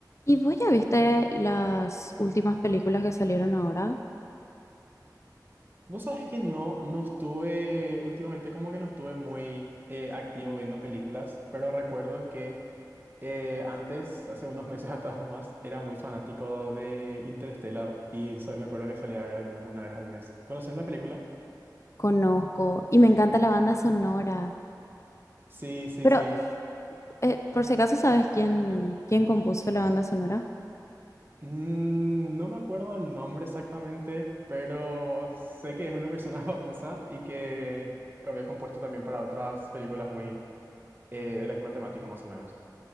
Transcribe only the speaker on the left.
¿Y vos ya viste las últimas películas que salieron ahora?
Conozco y me encanta la banda sonora.
Pero,
eh, por si acaso, ¿sabes quién, quién compuso la banda sonora?